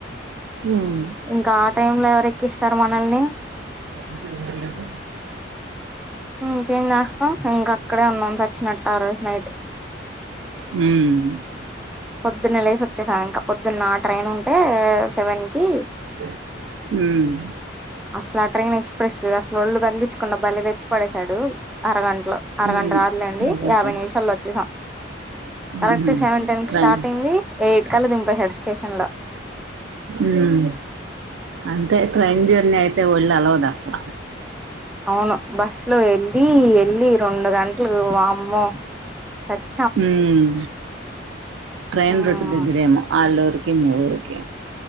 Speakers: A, on the right; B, in the centre.
A: ఉమ్
B: ఇంకా టైమ్ లో ఎవరెక్కిస్తారు మనల్ని
A: ఎవర్ ఎవర్ లేరు
B: ఇంకేం జేస్తాం ఇంకక్కడే ఉన్నాం సచ్చినట్ ఆ రోజ్ నైట్
A: మ్
B: పొద్దున్నేలేసి ఒచ్చేసామింకా పొద్దున్న ట్రైన్ ఉంటే సెవెన్కి
A: ఉమ్
B: అసల్ ఆ ట్రైన్ ఎక్స్ప్రెస్ అసలు ఒళ్ళు కదిలించ్ కుండా బలే తెచ్చి పడేశాడు అరగంటలో అరగంట
A: ఉమ్
B: కాదులేండి
A: అదంతా
B: యాభై నిమిషాల్లో ఒచ్చేసాం కరెక్ట్
A: ఉహు
B: సెవెన్ టెన్ కి
A: ట్రైన్
B: స్టార్ట్ అయింది ఎయిట్ కల్లా దింపేసడ్ స్టేషన్లో
A: ఊమ్ అంతే ట్రైన్ జర్నీ అయితే ఒళ్ అలవాదసలా
B: అవును బస్ లో ఎళ్ళి ఎళ్ళి రెండు గంటలు వామ్ము సచ్
A: ఊమ్ ట్రైన్
B: మ్మ్
A: రూట్ దగ్గరేమో ఆళ్ళఊరికి మీ ఊరికి